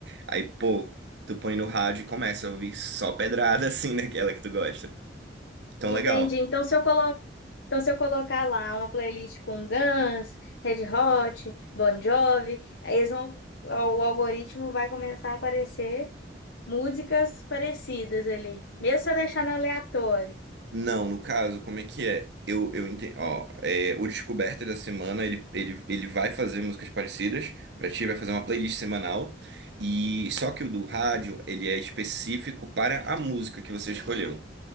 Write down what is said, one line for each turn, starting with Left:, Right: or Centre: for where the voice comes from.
Right: Aí, pô, tu põe no rádio e começa a ouvir só pedrada, <laughs> assim, naquela que tu gosta. Então,
Left: Entendi.
Right: legal.
Left: Então, se eu colocar Então, se eu colocar lá uma playlist com Guns, Red Hot, Bon Jovi, aí eles vão, o algoritmo vai começar a aparecer músicas parecidas ali, mesmo se eu deixar no aleatório.
Right: Não, no caso, como é que é? Eu, eu entendi. Ó, é, o Descoberta da Semana, ele, ele, ele vai fazer músicas parecidas pra ti, vai fazer uma playlist semanal. E só que o do rádio, ele é específico para a música que você escolheu.